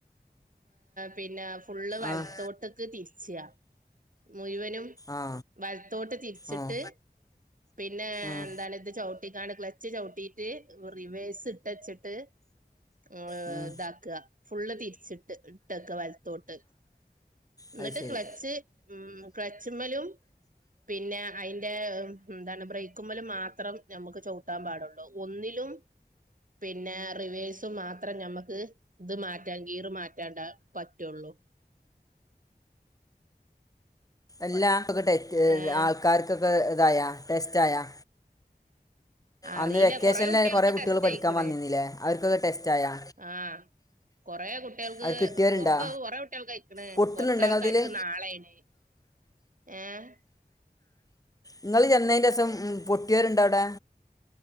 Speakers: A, on the right (about 55°); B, on the left (about 20°).
A: പിന്നെ ഫ് ഫുള്ള് വലത്തോട്ട്ക്ക്
B: ആ ഏഹ്
A: തിര്ച്ച മുഴ് വനും
B: ആ
A: വലത്തോട്ട് തിരിച്ചിട്ട്
B: ആ
A: പിന്നെ
B: ആ
A: എന്താണ് ഇത് ചവിട്ടിക്കാണ്ട് ക്ലച്ച് ചൗട്ടീട്ട് റിവെസ്സ് ഇട്ടച്ച്ട്ട് ഏഹ്
B: ഉം
A: ഇതാക്ക ഫുള്ള് തിക് തിരിച്ച് ഇട്ട് ഇട്ടക്ക വല്ത്തോട്ട് എന്നിട്ട്
B: അത് ശരി
A: ക്ലച്ച് ഉം ക്ലച്ച്മലും പിന്നെ അയ്ന്റെ എന്താണ് ബ്രേക്മ്മലും മാത്രം നമുക്ക് ചവ്ട്ടാൻ പാടോള്ളൂ ഒന്നില പിന്നെ റിവേഴ്സും മാത്രം ഞമ്മക്ക് ഇത് മാറ്റാൻ കീറ് മാറ്റാണ്ട പറ്റൊള്ളൂ
B: അല്ലാ ട്ടെച്ച്
A: ഏഹ്
B: ആൾക്കാർക്കൊക്കെക്കഹ് ആയാ ടെസ്റ്റായാ
A: അറീല്ല
B: അന്ന് വെക്കേഷനിൽ
A: കൊറേ കുട്ട്യേൾക്ക്
B: കുറേ കുട്ടികൾ
A: ടെസ്റ്റ്
B: പഠിക്കാൻ
A: അയ്ക്ണ്
B: വന്നിരുന്നില്ലേ അവർക്കൊക്കെ ടെസ്റ്റായാ
A: ആഹ് കൊറേ കുട്ട്യേക്ക്
B: അവർക്ക് കിട്ടിയവരുണ്ടോ
A: ഒക്ക കൊറെ കുട്ട്യേൾക്ക് അയ്ക്ണ്
B: പൊട്ടുന്നുണ്ടെങ്ങ
A: കൊറച്ചാൾക്കാർക്ക്
B: അതില്
A: നാളേയ്ണ് ഏഹ്
B: ഇങ്ങള് ചെന്നേന്തേസം. പൊട്ട്യേരുണ്ടോ അവ്ടെ